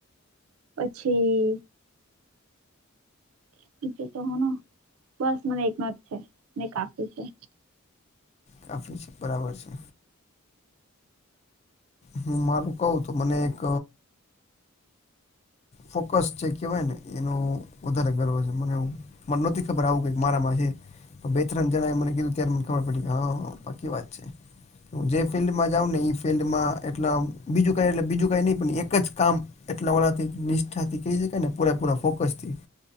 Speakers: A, on the right (about 80°); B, on the left (about 30°).
A: પછી. <unintelligible> છે તો હો બસ મને એકનાથ છે મે કાફી છે.
B: કાફી છે બરાબર છે. હું મારું કવ તો મને એક ફોકસ જે કહેવાય ને એનું વધારે ગર્વ છે મને એવું મને નોતી ખબર આવું મારામાં હે. બે ત્રણ જણા એ મને કીધું ત્યારે મને ખબર પડી ગ હા પાકી વાત છે. હું જે ફિલ્ડમાં જાઉં ને એ ફિલ્ડમાં એટલે બીજું કાં એટલે બીજું કાંઈ નહીં પણ એક જ કામ એટલા ઓળથી નિષ્ઠાથી કહી શકાય ને પૂરાપૂરા ફોકસ થી.